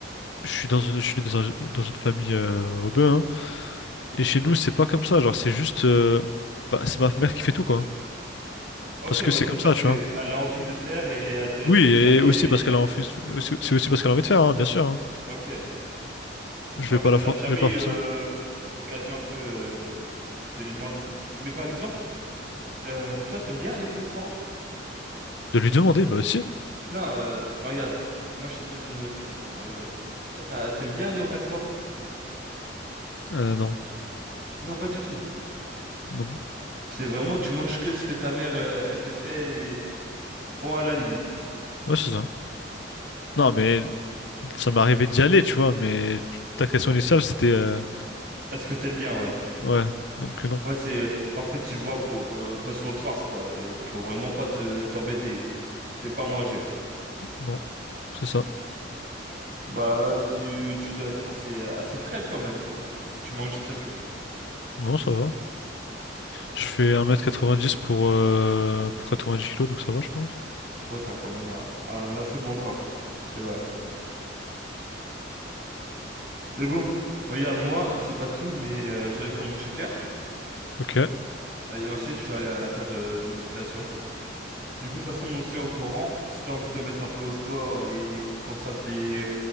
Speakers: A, on the left (about 65°); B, on the right (about 50°).
A: Je suis dans une, je suis dans un- dans une famille euh, rebeu, hein. Et chez nous, c'est
B: Ok,
A: pas comme ça. Genre, c'est juste. euh, bah, c'est ma mère qui fait tout, quoi.
B: Ok,
A: Parce
B: ouais,
A: que c'est
B: c'est
A: comme
B: parce
A: ça, tu
B: que
A: vois.
B: elle a envie de faire et elle te laisserait
A: Oui,
B: jamais
A: et aussi parce
B: faire
A: qu'elle a
B: aussi.
A: envie, aussi- c'est aussi parce qu'elle a envie de faire, hein, bien sûr. hein.
B: Ok.
A: Je
B: Ouais,
A: vais
B: mais
A: pas
B: t'as
A: la for-
B: jamais
A: je vais pas
B: eu
A: forcément.
B: euh, l'occasion un peu... euh, de lui demander. Mais par exemple, euh, toi, t'aimes bien aller au restaurant?
A: De lui demander, bah si.
B: Non, euh, regarde, moi je te pose une nouvelle question. Euh, toi, t'as- t'aimes bien aller au restaurant?
A: Euh, non.
B: Non, pas du tout.
A: Non.
B: C'est vraiment, tu manges que ce que ta mère, euh, elle te fait et point à la ligne.
A: Ouais, c'est ça. Non, mais ça m'est arrivé d'y aller, tu vois. Mais ta question initiale, c'était. euh,
B: Est-ce que t'aimes bien, ouais?
A: Ouais. Donc, euh, non.
B: Ouais, c'est, euh, en fait, tu vois, pour, euh, parce qu'on te force, quoi. Il faut vraiment pas te, t'embêter. T'aimes pas manger.
A: Non, c'est ça.
B: Bah, tu, tu dois être assez, assez frêle quand même, pour- si tu manges très peu.
A: Non, ça va. Je fais un mètre 90 pour, euh, pour dix kilos, donc ça va, je pense.
B: Ouais, t'as quand même un un assez bon corps. C'est vrai. Mais bon, regarde, moi, c'est pas tout, mais euh, je dois aller prendre mon shaker.
A: Ok.
B: euh, Et ensuite, je dois aller à la salle de, de musculation. Du coup, de toute façon, on se tient au courant. Si t'as envie de te mettre un peu au sport et qu'on se fasse des,